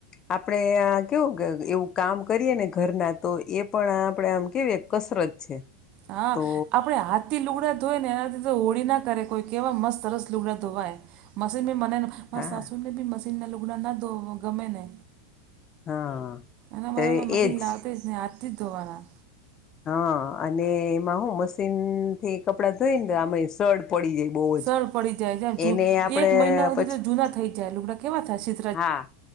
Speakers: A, on the left; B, on the right.
A: આપડે કેવું કે એવું કામ કરીએ ને ઘરના તો એ પણ આપડે આમ કેવી કસરત છે.
B: હા
A: તો
B: આપણે હાથ થી લુગડા ધોય ને એનાથી તો હોળી ના કરે કોઈ કેવા મસ્ત સરસ લુગડા ધોવાય મશીન મને માં
A: હા
B: સાસુને બી મશીનના લુગડા ના ધો ગમે ને
A: હા
B: એના
A: તો
B: મારામાં મશીન
A: એજ
B: લાવતી જ નહી હાજ થી જ ધોવાના
A: હા અને એમાં હું મશીન થી કપડાં ધોઈ ને તો આમાં સડ પડી જાય. બહુ
B: સળ
A: જ
B: પડી જાય જેમ
A: એને આપણે
B: એક મહિના સુધી
A: પછી
B: જૂના થઈ જાય લુગડા કેવા થાશે?
A: હા,